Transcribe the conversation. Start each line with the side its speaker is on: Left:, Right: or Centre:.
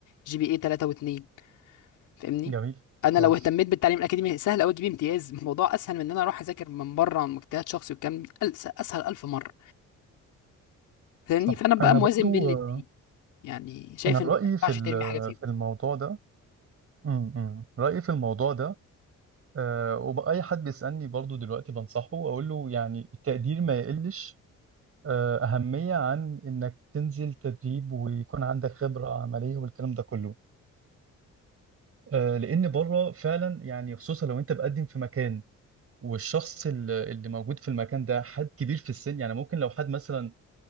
Left: جي بي اي 3 و2 فاهمني
Right: جميل
Left: انا
Right: كويس
Left: لو اهتميت بالتعليم الاكاديمي سهل قوي اجيب امتياز الموضوع اسهل من ان انا اروح اذاكر من بره عن مجتهد شخصي والكلام ده ألس- اسهل الف مره فاهمني
Right: صح
Left: فانا بقى
Right: انا
Left: موازن
Right: برضو
Left: بين الاثنين
Right: آه،
Left: يعني شايف
Right: انا رأيي
Left: ان ما ينفعش
Right: في ال-
Left: ترمي حاجه فيهم
Right: في الموضوع ده امم رأيي في الموضوع ده آه، وبأي حد بيسألني برضو دلوقتي بنصحه اقول له يعني التقدير ما يقلش آه، أهمية عن إنك تنزل تدريب ويكون عندك خبرة عملية والكلام ده كله آه، لأن بره فعلا يعني خصوصا لو أنت بقدم في مكان والشخص ال- اللي موجود في المكان ده حد كبير في السن يعني ممكن لو حد مثلا